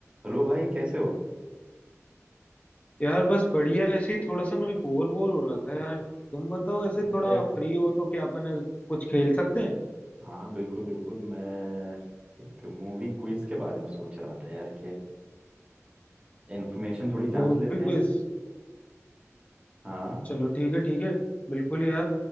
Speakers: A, on the right; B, on the left.
A: Hello भाई कैसे हो
B: यार बस बढ़िया ऐसे ही थोड़ा सा मैं बोर बोर हो रहा था यार तुम बताओ ऐसे थोड़ा
A: अरे
B: फ्री हो तो क्या अपन ऐसे कुछ खेल सकते हैं
A: हाँ बिल्कुल बिल्कुल मैं एक मूवी क्विज के बारे में सोच रहा था यार कि इन्फॉर्मेशन थोड़ी
B: Movie
A: जांच लेते
B: quiz
A: हैं हाँ
B: चलो ठीक है ठीक है बिल्कुल यार